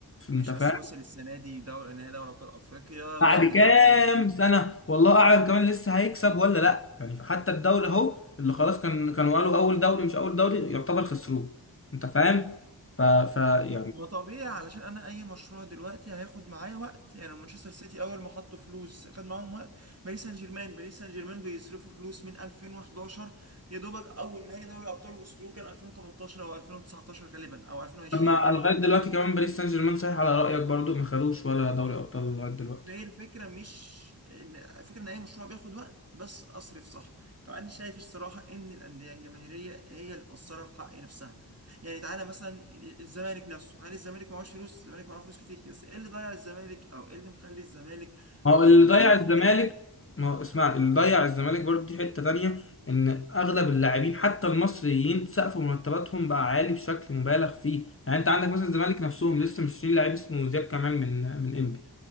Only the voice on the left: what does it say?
انت
فاهم
بعد
كام
سنة والله أعلم كمان لسه هيكسب ولا لأ يعني فحتى الدوري أهو اللي خلاص كان كانوا قالوا أول دوري مش أول دوري يعتبر خسروه أنت فاهم؟ ف... ف يعني
أما لغاية دلوقتي كمان باريس سان جيرمان صحيح على رأيك برضو ما خدوش ولا دوري أبطال لغاية دلوقتي
ما هو
اللي ضيع الزمالك
ما هو اسمع اللي ضيع الزمالك برضو دي حتة تانية إن أغلب اللاعبين حتى المصريين سقف مرتباتهم بقى عالي بشكل مبالغ فيه يعني أنت عندك مثلا الزمالك نفسهم لسه مشترين لعيب اسمه زياد كمال من من إنبي